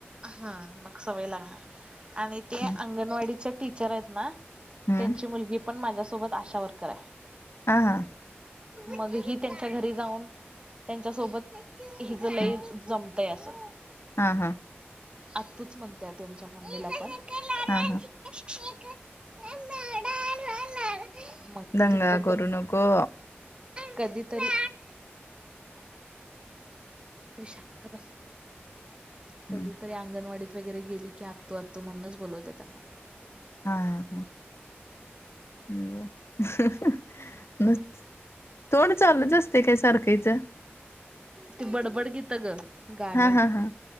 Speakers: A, on the right; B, on the left.
A: हा मग सवय लागणार आणि ते
B: हम्म
A: अंगणवाडीचे टीचर आहेत ना
B: हम्म
A: त्यांची मुलगी पण माझ्यासोबत आशा वर्कर आहे.
B: हा हा.
A: मग ही त्यांच्या घरी जाऊन त्यांच्या सोबत हिच लय
B: हम्म
A: जमतंय असं.
B: हा हा.
A: आतुच म्हणत्या त्यांच्या मम्मीला पण
B: हा हा.
A: <unintelligible> मग
B: दंगा
A: तिथं
B: करू नको.
A: कधीतरी शांत बस.
B: हम्म
A: कधीतरी अंगणवाडीत वगैरे गेली की आत्तू आत्तू म्हणूनच बोलवत्या त्यांना
B: हा हम्म. हम्म. तोड चालूच असते काय सारख हीच?
A: त बडबड गीत ग गाणी
B: हा हा हा